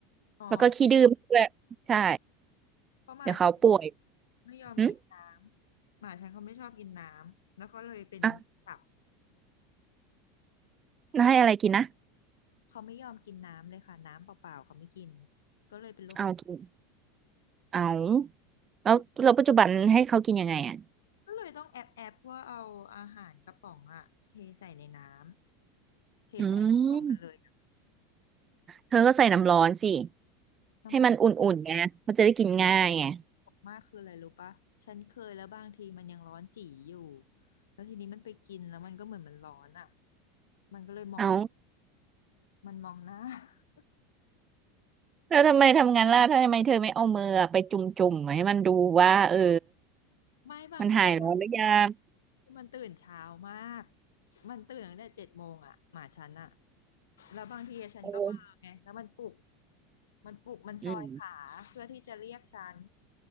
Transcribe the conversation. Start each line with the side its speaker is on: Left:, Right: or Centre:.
Left: อ๋อ
Right: แล้วก็ขี้ดื้อด้วยใช่
Left: เพราะหมาฉัน
Right: เดี๋ยวเขาป่วย
Left: ไม่ยอมกินน้ำหมาฉันเขาไม่ชอบกินน้ำแล้วก็เลยเป็นตับ
Right: อืมอ่ะแล้วให้อะไรกินนะ
Left: เป็นเขาไม่ยอมกินน้ำเลยค่ะน้ำเปล่าๆเขาไม่กินก็เลยเป็นโรค
Right: เอากินเอาแล้วแล้วปัจจุบันให้เขากินยังไงอ่ะ
Left: ซึ่งก็เลยต้องแอบแอบว่าเอาอาหารกระป๋องอะเทใส่ในน้ำเทใส่รวมกันเลย
Right: อืมเธอก็ใส่น้ำร้อนสิ
Left: น้ำ
Right: ให้มันอุ่นๆไงเขาจะได้กินง่ายไง
Left: มากคืออะไรรู้ปะฉันเคยแล้วบางทีมันยังร้อนจี๋อยู่แล้วทีนี้มันไปกินแล้วมันก็เหมือนมันร้อนอ่ะมันก็เลยมอง
Right: เอา
Left: มันมองหน้า <laughs>
Right: แล้วทำไมทำงานล่ะทำไมเธอไม่เอามือไปจุ่มจุ่มให้มันดูว่าเออ
Left: ไม่บางทีตอน
Right: มันหายร้อนหรือยัง
Left: ที่มันตื่นเช้ามากมันตื่นตั้งแต่เจ็ดโมงอ่ะหมาฉันอ่ะแล้วบางทีฉันก็เบลอไงแล้วมันปลุก
Right: เออ
Left: มันปลุกมันซอยขาเพื่อที่จะเรียกฉัน
Right: อืม